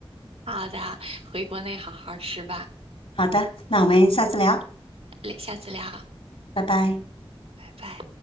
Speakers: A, on the right; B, on the left.
A: 好的，回国内好好吃吧，
B: 好的，那我们下次聊，
A: 嘞下次聊。
B: 拜拜。
A: 拜拜。